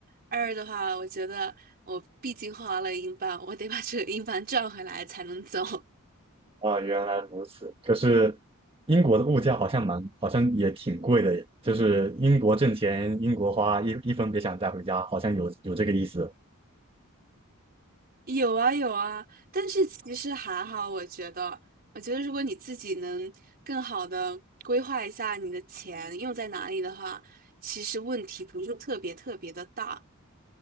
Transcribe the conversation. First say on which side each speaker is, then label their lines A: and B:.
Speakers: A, on the right; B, on the right.
A: 二的话，我觉得我毕竟花了英镑，我得把这个英镑赚回来才能走。
B: 啊，原来如此。可是英国的物价好像蛮，好像也挺贵的耶，就是英国挣钱，英国花，一一分别想带回家，好像有有这个意思。
A: 有啊有啊，但是其实还好，我觉得，我觉得如果你自己能更好的规划一下你的钱用在哪里的话，其实问题不是特别特别的大。